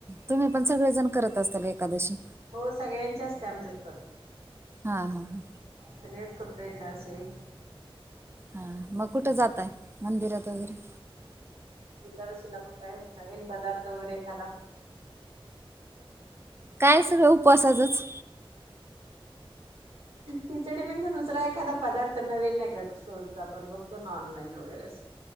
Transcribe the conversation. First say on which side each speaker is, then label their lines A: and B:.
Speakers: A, on the right; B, on the right.
A: तुम्ही पण सगळेजण करत असताल एकादशी-
B: हो सगळ्यांचे असते आमच्यात त.
A: हा हा हा
B: सगळेच करतो एकादशी-
A: हा मग कुठं जाताय मंदिरात वगैरे-
B: एकादशीला मग काय नवीन पदार्थ वगैरे एखादा?
A: काय सगळं उपवासाचचं.
B: खिचडीपेक्षा नस दुसरा एखादा पदार्थ नवीन नाही का शोधला? आपण बघतो ना ऑनलाईन वगैरे अस.